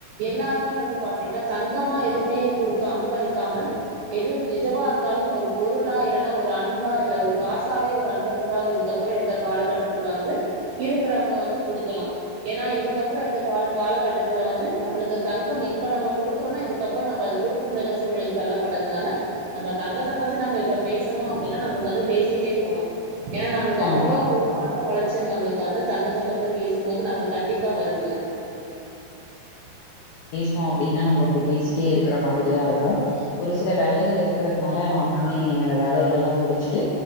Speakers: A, on the right; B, on the left.
A: எல்லாருமே வந்து பாத்தீங்கன்னா தங்கமா எதுவுமே கொடுக்க அன்பளிக்காமல் எது எதுவா இருந்தாலும் ஒரு பொருளா இல்லன்னா ஒரு அன்பா இல்ல ஒரு காசாவே ஒரு அன் பளிப்பா இதுக்கப்புறம் இருக்க காலகட்டத்துல வந்து இருக்கிறவங்க வந்து கொடுக்கலாம் ஏன்னா இதுக்கப்புறம் இருக்க காலகட்டத்தில வந்து நம்மளுக்கு தங்கம் இப்ப நம்ம கொடுக்கறோம்னா இதுக்கப்புறம் நம்ம அது கொடுக்க முடியாத சூழ்நிலை தள்ளப்பட்டதுனால நம்ம தங்கத்தை பத்தி நம்ம இப்ப பேசணும் அப்படின்னா நம்ம வந்து பேசிக்கிட்டே போலாம் ஏன்னா நம்மளுக்கு
B: கண்டிப்பா.
A: அவ்வளவு ஒரு மன உளைச்சல் நம்மளுக்கு வந்து தங்கத்தை பத்தி பேசும் போது நம்மளுக்கு கண்டிப்பா வருதுல்ல
B: ம் அப்படின்னா நம்மக்கு பேசிட்டே இருக்கிற மாதிரிதான் இருக்கும் ஒரு சில வேலைகள் இருக்கிறதுனால நானுமே அந்த வேலைகள் எல்லாம் முடிச்சுட்டு